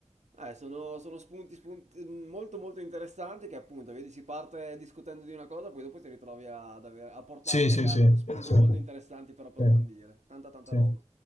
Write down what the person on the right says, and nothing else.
Eh, sono, sono spunti, spunti mm, molto molto interessanti che appunto, vedi, si parte discutendo di una cosa, poi dopo ti ritrovi ad avere- a portarti
a casa
spunti
molto interessanti per approfondire.
Tanta tanta
roba.